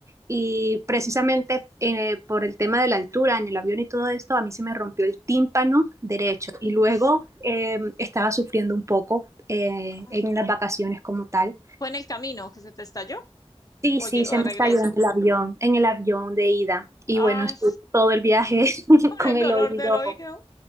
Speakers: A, on the right; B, on the left.
A: Y precisamente eh, por el tema de la altura en el avión y todo esto, a mí se me rompió el tímpano derecho
B: Ay,
A: y luego eh, estaba sufriendo un poco eh,
B: ah.
A: en las vacaciones como tal.
B: ¿Fue en el camino que se te estalló?
A: Sí,
B: Oye,
A: sí, se
B: o de
A: me
B: regreso.
A: estalló en el avión, en el avión de ida. Y
B: Ay,
A: bueno, estuve todo el viaje <laughs>
B: con
A: con
B: el
A: el
B: dolor
A: oído.
B: del oído.